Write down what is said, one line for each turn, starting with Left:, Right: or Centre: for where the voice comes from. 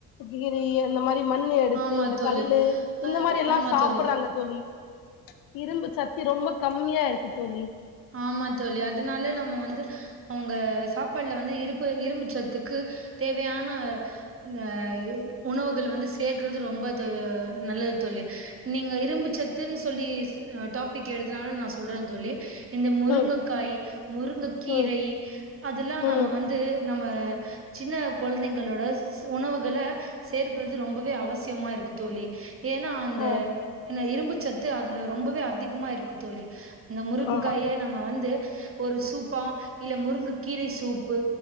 Left: கீறி அந்த மாரி மண்ணு எடுத்து
Right: ஆமா
Left: இந்த
Right: தோழி
Left: கல்லு இந்த
Right: அ
Left: மாரியெல்லா
Right: ஆமா
Left: சாப்பட்றாங்க
Right: தோழி
Left: தோழி இரும்பு சத்தி ரொம்போ கம்மியா இருக்கு தோழி
Right: ஆமா தோழி அதனால நம்ம வந்து அவுங்க சாப்பாட்ல வந்து இருப்பு இரும்பு சத்துக்கு தேவையான இந்த இ உணவுகள் வந்து சேர்க்கறது ரொம்ப இது நல்லது தோழி நீங்க இரும்பு ச த்துன் சொல்லி அ டாபிக் எடுத்தனால நா சொல்றன் தோழி இந்த முருங்கக்காயி
Left: ம்
Right: முருங்க கீரை
Left: ம்
Right: அதெல்லா
Left: ம்
Right: நம்ம வந்து நம்ம சின்ன கொழந்தைங்களோட உணவுகள சேர்க்கறது ரொம்பவே அவசியமா இருக் கு தோழி ஏனா அந்த
Left: ஆ
Right: என்ன இரும்பு சத்து அதுல ரொம்பவே அதிகமா இருக்கு தோழி இந்த முருங்
Left: ஆமா
Right: கே நம்ம வந்து ஒரு சூப்பா இல்ல முருங்கு கீரை சூப்பு